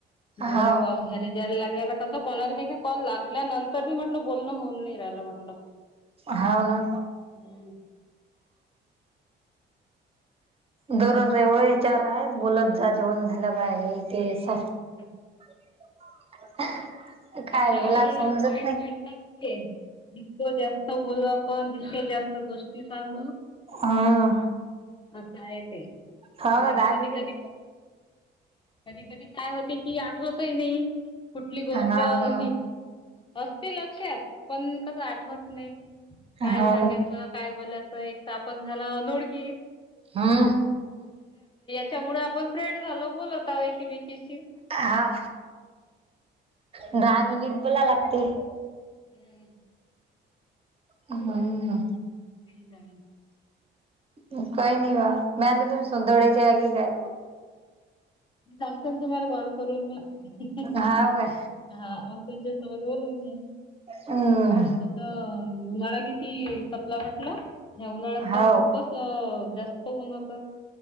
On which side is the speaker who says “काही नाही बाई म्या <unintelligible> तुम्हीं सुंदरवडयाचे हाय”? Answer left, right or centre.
Right